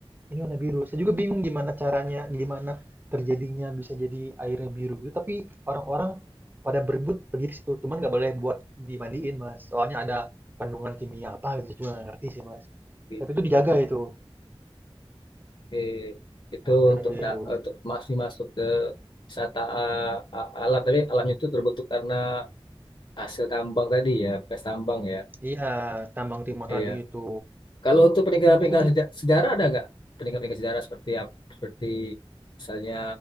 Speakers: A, on the right; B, on the left.
A: Ini warna biru. Saya juga bingung gimana caranya, gimana terjadinya bisa jadi airnya biru gitu. Tapi orang-orang pada berebut pergi ke situ. Cuman nggak boleh buat dimandiin, Mas. Soalnya ada kandungan kimia apa gitu. Cuma nggak ngerti sih, Mas.
B: gitu.
A: Tapi itu dijaga itu,
B: Oke. Itu
A: dana
B: untuk
A: biru.
B: da- untuk masih masuk ke wisata a- a- alam tapi alamnya itu berbentuk karena hasil tambang tadi ya, bekas tambang ya.
A: Iya, tambang timah
B: Iya.
A: tadi itu.
B: Kalau untuk peninggalan-peninggalan
A: Itu sih
B: seja-
A: di
B: sejarah
A: Bangka.
B: ada nggak? Peninggalan-peninggalan sejarah seperti ap- seperti misalnya